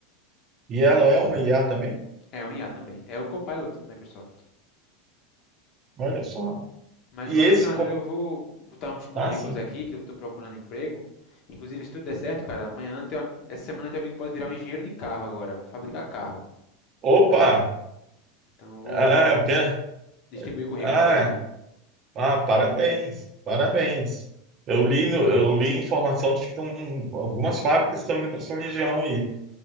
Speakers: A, on the right; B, on the left.
A: E ela é uma IA também?
B: É um IA também. É o Copilot da Microsoft.
A: Olha só.
B: Mas
A: E
B: o Alessandro,
A: esse. co-
B: eu vou botar uns currículos
A: Ah, sim.
B: aqui que eu estou procurando emprego. Inclusive, se tudo der certo, cara, amanhã, teu am- essa semana, teu amigo pode virar um engenheiro de carro agora. Vou fabricar carro.
A: Opa!
B: Então, eu vou
A: Ah, pe-
B: distribuir currículo
A: ah,
B: por aqui.
A: ah, parabéns, parabéns. Eu li, no- eu li informação de que tão, algumas fábricas estão indo para sua região aí.